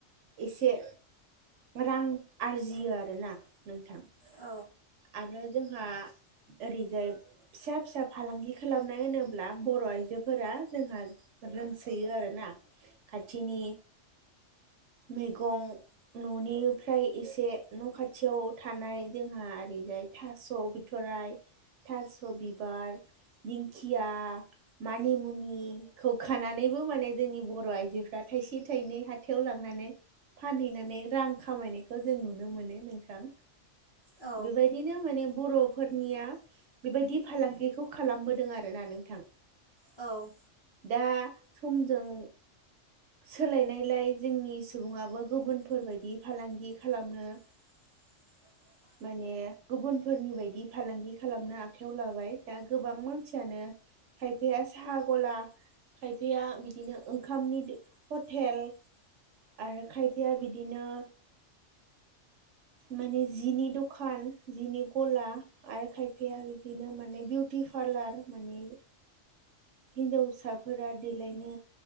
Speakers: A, on the right; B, on the left.
A: एसे रां आरजियो आरोना नोंथां
B: औ
A: आरो जोंहा ओरैजाय फिसा फिसा फालांगि खालामनाय होनोब्ला बर' आइजोफोरा जोंहा रोंसोयो आरो ना खाथिनि मैगं न'निफ्राय एसे न' खाथियाव थानाय जोंहा ओरैजाय थास' बि थ'राइ थास' बिबार दिंखिया मानिमुनिखौ खानानैबो माने जोंनि बर' आइजोफ्रा थाइसे थाइनै हाथायाव लां नानै फानहैनानै रां खामायनायखौ जों नुनो मोनो नोंथां।
B: औ
A: बेबायदिनो माने बर'फोरनिया बेबायदि फालांगिखौ खालामबोदों आरो ना नोंथां
B: औ
A: दा समजों सोलायनायलाय जोंनि सुबुङाबो गुबुनफोरबायदि फालांगि खालामनो
B: <inaudible>
A: माने गुबुनफोरनि बायदि फालांगि खालामनो आखायाव लाबाय दा गोबां मानसियानो खायफाया साहा गला खायफाया बिदिनो ओंखामनि हटेल आरो खायफाया बिदिनो माने जिनि दखान जिनि गला आरो खायफाया बिदिनो माने बिउटि पार्लार माने हिनजावसाफोरा देलायनो